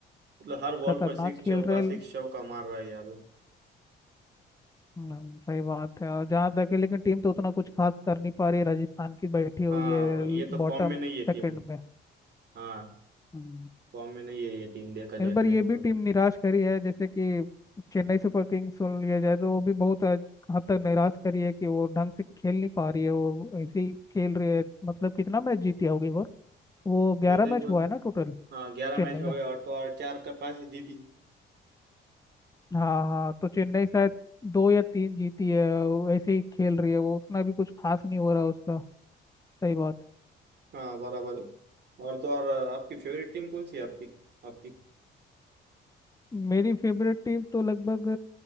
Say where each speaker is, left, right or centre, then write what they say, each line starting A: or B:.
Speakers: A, on the right; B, on the left.
A: मतलब हर बॉल
B: खतरनाक
A: पर सिक्स
B: खेल
A: चौका
B: रहे
A: सिक्स चौका मार रहा है यार वो
B: हम्म, सही बात है और जहाँ तक है लेकिन टीम तो उतना कुछ खास कर नहीं पा रही है राजस्थान की बैठी हुई
A: हाँ
B: है
A: ये तो
B: बॉटम
A: फॉर्म में नहीं है
B: सेकंड
A: टीम
B: में
A: हाँ
B: हम्म,
A: फॉर्म में नहीं है ये टीम देखा जाए
B: इस बार
A: तो वैसे
B: ये भी
A: तो
B: टीम निराश करी है जैसे कि चेन्नई सुपर किंग्स सुन लिया जाए तो वो भी बहुत हद हद तक निराश करी है कि वो ढंग से खेल नहीं पा रही है वो ऐसे ही खेल रही है मतलब कितना मैच जीती होगी वो वो
A: और
B: ग्यारह
A: देखो
B: मैच हुआ है ना टोटल
A: हाँ ग्यारह
B: चेन्नई
A: मैच हो
B: का
A: गए और तो और चार का पास जीती
B: हाँ हाँ तो चेन्नई शायद दो या तीन जीती है वो ऐसे ही खेल रही है वो उतना भी कुछ खास नहीं हो रहा उसका सही बात
A: हाँ बराबर है। और तो और आपकी फेवरेट टीम कौन सी है आपकी आपकी
B: मेरी फेवरेट टीम तो लगभग